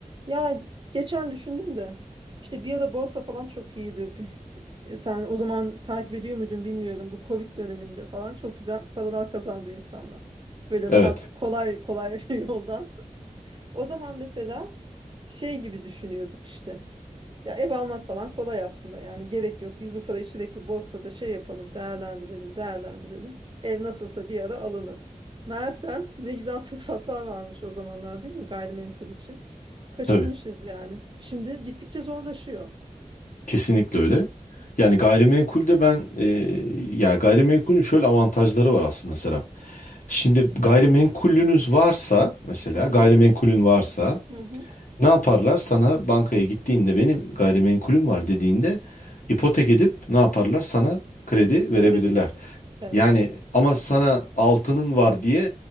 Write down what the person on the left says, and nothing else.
Evet,
tabii.
Kesinlikle öyle. Yani gayrimenkulde ben e, ya gayrimenkulün şöyle avantajları var aslında Serap. Şimdi gayrimenkulünüz varsa mesela
gayrimenkulün varsa
ne yaparlar? Sana bankaya gittiğinde benim gayrimenkulüm var dediğinde ipotek edip ne yaparlar? Sana kredi verebilirler.
Yani ama sana altının var diye